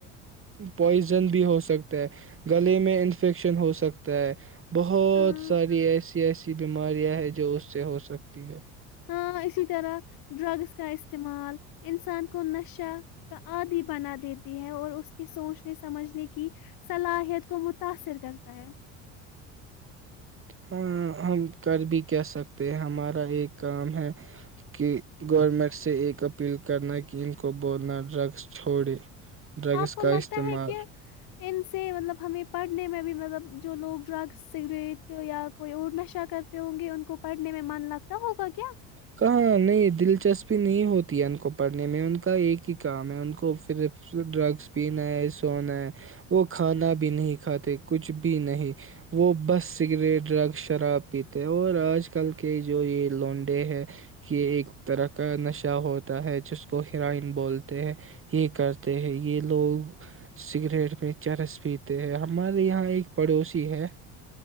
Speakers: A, on the right; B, on the left.
A: پوائزن بھی ہو سکتا ہے گلے میں انفیکشن ہو سکتا ہے بہت
B: ہاں
A: ساری ایسی ایسی بیماریاں ہیں جو اس سے ہو سکتی رکھتی ہے
B: ہاں اسی طرح ڈرگس کا استعمال انسان کو نشہ کا عادی بنا دیتی ہے اور اس کی سوچنے سمجھنے کی صلاحیت کو متاثر کرتا ہے
A: ہاں ہم کر بھی کہ سکتے ہیں ہمارا ایک کام ہے کہ گورنمنٹ سے ایک اپیل کرنا کہ ان کو بولنا ڈرگس چھوڑے ڈرگس
B: آپ کو
A: کا
B: لگتا
A: استعمال
B: ہے کہ ان سے مطلب ہمیں پڑھنے میں بھی مطلب جو لوگ ڈرگ سگریٹ یا کوئی اور نشہ کرتے ہوں گے ان کو پڑھنے میں من لگتا ہوگا کیا
A: کہاں نہیں دلچسپی نہیں ہوتی ہے ان کو پڑھنے میں ان کا ایک ہی کام ہے ان کو پھرف ڈرگس پینا ہے سونا ہے وہ کھانا بھی نہیں کھاتے کچھ بھی نہیں وہ بس سگریٹ ڈرگس شراب پیتے اور آج کل کے جو یہ لونڈے ہے یہ ایک طرح کا نشہ ہوتا ہے جس کو حرائن بولتے ہے یہ کرتے ہیں یہ لوگ سگریٹ میں چرس پیتے ہیں ہمارے یہاں ایک پڑوسی ہے